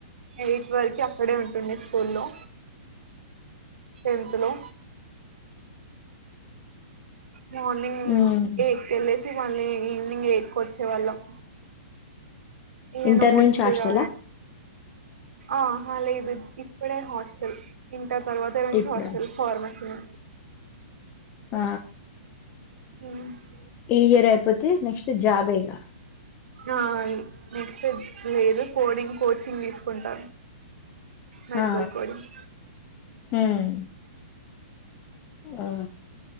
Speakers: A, on the right; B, on the left.
A: ఎయిత్ వరకు అక్కడే ఉంటుండే స్కూలో టెన్త్ లో మార్నింగ్
B: హ్మ్
A: ఎయిట్ కె లే మళ్ళీ ఈనింగ్ ఎకొచ్చే వాళ్ళం ఇయ
B: ఇంటర్
A: నోట్స్గా
B: నుంచి హాస్టలా
A: ఆహ లేదు ఇప్పుడే హాస్టల్ ఇ ట తర్వాత ఇ
B: ఇప్పుడా
A: హాస్టల్ ఫార్మస మ
B: ఆ
A: మ్
B: ఈ ఇయర్ అయిపోతే నెక్స్ట్ జాబే ఇగ
A: ఆ నెక్స్ట్ లేదు కోడింగ్ కోచింగ్ తీసుకుంటార్ మెడికల్
B: ఆ
A: కోడింగ్
B: హ్మ్ ఆ